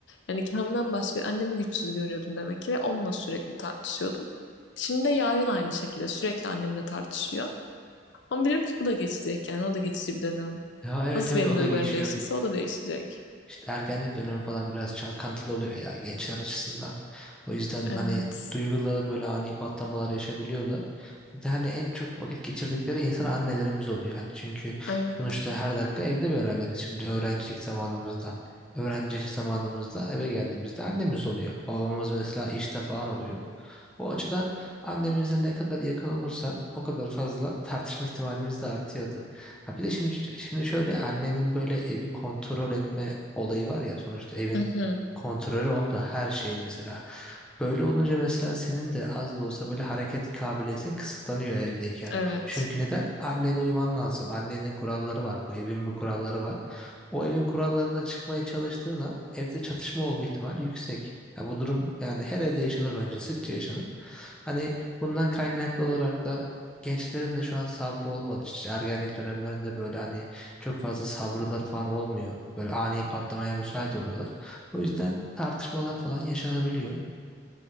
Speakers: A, on the left (about 65°); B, in the centre.
A: Yani kendimden başka annemi güçsüz görüyordum demek ki ve onunla sürekli tartışıyordum. Şimdi de yarın aynı şekilde sürekli annemle tartışıyor. Ama biliyorum ki bu da geçecek yani o da geçici bir dönem.
B: Ya evet
A: Nasıl
B: evet
A: benim
B: o
A: duygularım
B: da geçiyor.
A: değiştiyse o da değişecek.
B: İşte ergenlik dönemi falan biraz çalkantılı oluyor ya gençler açısından. O yüzden
A: Evet.
B: hani duyguları böyle ani patlamalar yaşabiliyorlar. Bir de hani en çok vakit geçirdikleri insan annelerimiz oluyor. Hani çünkü
A: Evet.
B: sonuçta her dakika evde beraberiz şimdi öğrencilik zamanımızda. Öğrencilik zamanımızda eve geldiğimizde annemiz oluyor. Babamız mesela işte falan oluyor. O açıdan annemizle ne kadar yakın olursak o kadar fazla <laughs> tartışma ihtimalimiz de artıyordu. Ha bir de şimdi şimdi şöyle annenin böyle evi kontrol etme olayı var ya sonuçta evin
A: Hı hı.
B: kontrolü onda her şey mesela. Böyle olunca mesela senin de az da olsa böyle hareket kabiliyetin kısıtlanıyor evdeyken.
A: Evet.
B: Çünkü neden? Annene uyman lazım. Annenin kuralları var. Bu evin bir kuralları var. O evin kurallarından çıkmaya çalıştığın an evde çatışma olma ihtimali yüksek. Ya bu durum yani her evde yaşanır bence sıkça yaşanır. Hani bundan kaynaklı olarak da gençlerin de şu an sabrı olmadı. İşte ergenlik dönemlerinde böyle hani çok fazla sabırları falan olmuyor. Böyle ani patlamaya müsait oluyorlar. O yüzden tartışmalar falan yaşanabiliyor.